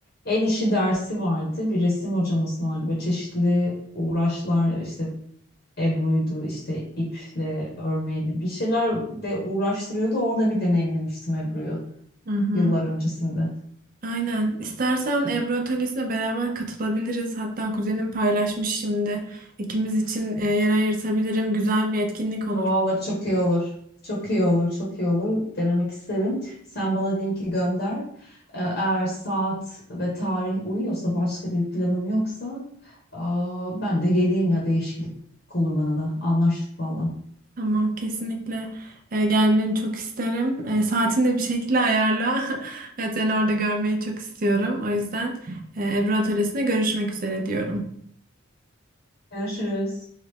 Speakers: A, on the left (about 50°); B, on the right (about 40°).
A: El işi dersi vardı. Bir resim hocamız vardı. Böyle çeşitli uğraşlar işte Ebru'ydu işte iple örmeydi. Bir şeyler de uğraştırıyordu. Orada bir deneyimlemiştim Ebru'yu
B: Hı hı.
A: yıllar öncesinde.
B: Aynen. İstersen Ebru atölyesine beraber katılabiliriz. Hatta kuzenim paylaşmış şimdi. İkimiz için e, yer ayırtabilirim. Güzel bir etkinlik olur.
A: Vallahi çok iyi olur. Çok iyi olur, çok iyi olur. Denemek isterim. Sen bana linki gönder. Ee, Eğer saat ve tarih uyuyorsa, başka bir planım yoksa, aa, ben de geleyim ya değişiklik olur bana da. Anlaştık valla.
B: Tamam kesinlikle e, gelmeni çok isterim. E, saatini de bir şekilde ayarla. <laughs> Evet, seni orada görmeyi çok istiyorum. O yüzden e, Ebru Atölyesi'nde görüşmek üzere diyorum.
A: Görüşürüz.